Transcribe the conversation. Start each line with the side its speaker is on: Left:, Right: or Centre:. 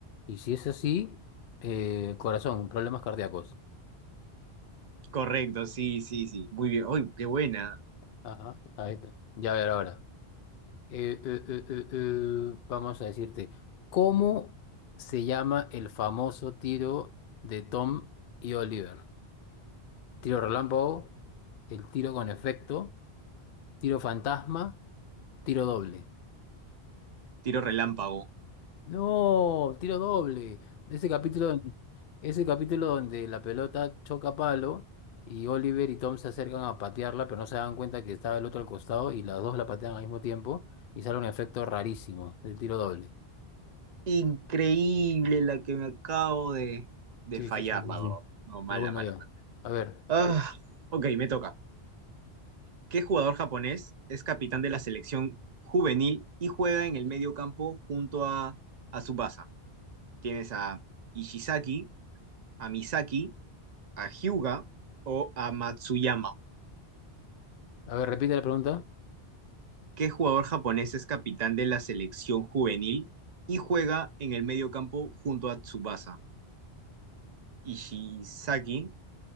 Left: Y si es así, eh, corazón, problemas cardíacos.
Right: Correcto, sí, sí, sí. Muy bien. ¡Uy, qué buena!
Left: Ajá, ahí está. Ya, a ver ahora. eh, eh, eh, eh, eh, vamos a decirte, ¿cómo se llama el famoso tiro de Tom y Oliver? Tiro relámpago, el tiro con efecto, tiro fantasma, tiro doble.
Right: Tiro relámpago.
Left: No, tiro doble. Ese capítulo donde, ese capítulo donde la pelota choca palo y Oliver y Tom se acercan a patearla, pero no se dan cuenta que estaba el otro al costado y las dos la patean al mismo tiempo y sale un efecto rarísimo, el tiro doble.
Right: Increíble la que me acabo de, de
Left: Sí,
Right: fallar,
Left: sí, sí, sí,
Right: la
Left: sí.
Right: verdad. No, mala,
Left: Pero bueno,
Right: mala,
Left: ya.
Right: mala.
Left: A ver,
Right: Ah, ok, me toca. ¿Qué jugador japonés es capitán de la selección juvenil y juega en el medio campo junto a, a Tsubasa? Tienes a Ishizaki, a Misaki, a Hyuga o a Matsuyama?
Left: a ver, repite la pregunta.
Right: ¿Qué jugador japonés es capitán de la selección juvenil y juega en el medio campo junto a Tsubasa? Ishizaki,